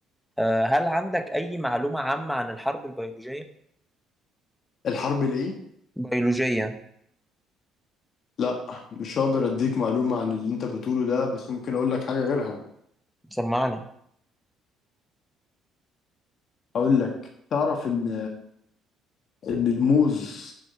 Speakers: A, in the centre; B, on the left (about 50°).
A: آه، هل عندك اي معلومه عامه عن الحرب البيولوجيه
B: الحرب الإيه؟
A: بيولوجيه
B: لا مش هقدر أديك معلومة عن اللي أنت بتقوله ده بس ممكن أقول لك حاجة غيرها
A: سمعني
B: أقول لك تعرف إن إن الموز